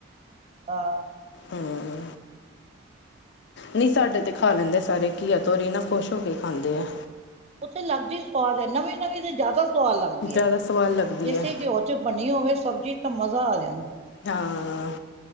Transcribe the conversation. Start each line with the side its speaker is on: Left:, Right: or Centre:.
Right: <unintelligible>
Left: ਹੂੰ। ਨਹੀਂ ਸਾਡੇ ਤੇ ਖਾ ਲੈਂਦੇ ਸਾਰੇ ਘੀਆ ਤੋਰੀ, ਨਾ ਖੁਸ਼ ਹੋ ਕੇ ਖਾਂਦੇ ਆ।
Right: ਉਹ ਤੇ ਲੱਗਦੀ ਸਵਾਦ ਐ, ਨਵੀਂ ਨਵੀਂ ਤੇ ਜ਼ਿਆਦਾ ਸਵਾਦ ਲੱਗਦੀ
Left: ਜ਼ਿਆਦਾ
Right: ਏ,
Left: ਸਵਾਦ ਲੱਗਦੀ
Right: ਇਸੇ
Left: ਹੈ
Right: ਘਿਓ ਚ ਬਣੀ ਹੋਵੇ ਸਬਜ਼ੀ ਤਾਂ ਮਜ਼ਾ ਆ ਜਾਂਦਾ
Left: ਹਾਂ